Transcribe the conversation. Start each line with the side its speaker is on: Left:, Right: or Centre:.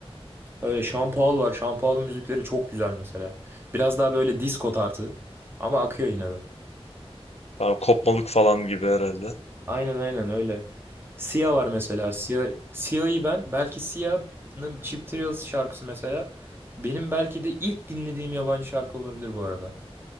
Right: Öyle Sean Paul var. Sean Paul'un müzikleri çok güzel mesela. Biraz daha böyle disco tarzı. Ama akıyor yine de.
Left: Daha kopmalık falan gibi herhalde.
Right: Aynen aynen öyle. Sia var mesela. Sia, Sia'yı ben belki Sia'nın Cheap Thrills şarkısı mesela benim belki de ilk dinlediğim yabancı şarkı olabilir bu arada.